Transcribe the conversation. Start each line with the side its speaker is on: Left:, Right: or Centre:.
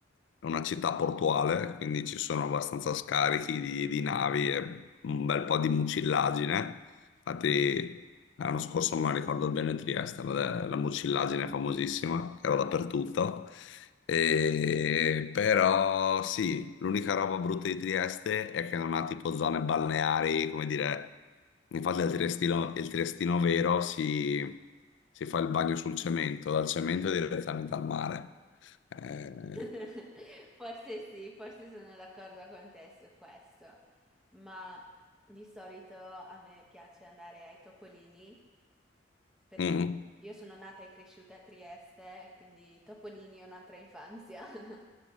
Left: una città portuale, quindi ci sono abbastanza scarichi di, di navi e un bel po' di mucillagine. Infatti, l'anno scorso, non ricordo bene, Trieste, la, la mucillaggine famosissima, che era dappertutto. E- però sì, l'unica roba brutta di Trieste è che non ha tipo zone balneari, come dire, infatti il triestino, il triestino vero si, si fa il bagno sul cemento, dal cemento direttamente al mare. Eh,
Centre: <laughs> Forse sì, forse sono d'accordo con te su questo, ma di solito a me piace andare ai Topolini perché
Left: mm,
Centre: io sono nata e cresciuta a Trieste, quindi Topolini è un'altra infanzia. <laughs>